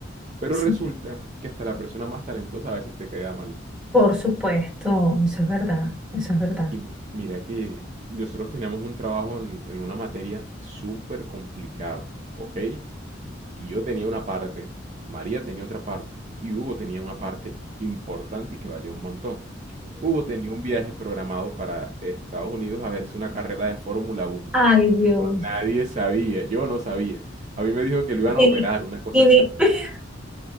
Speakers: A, on the right; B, in the centre.
A: Pero
B: Sí,
A: resulta que hasta la persona más talentosa a veces te queda mal.
B: por supuesto, eso es verdad, eso es verdad.
A: Y mi- mira que nosotros teníamos un trabajo en, en una materia súper complicado, ¿ok? Y yo tenía una parte, María tenía otra parte y Hugo tenía una parte importante y que valía un montón. Hugo tenía un viaje programado para Estados Unidos a verse una carrera de Fórmula Uno,
B: Ay, Dios.
A: pero nadie sabía, yo no sabía. A mí me dijo que lo iban
B: Y,
A: a operar,
B: ni-
A: una cosa
B: y
A: así.
B: ni- <laughs>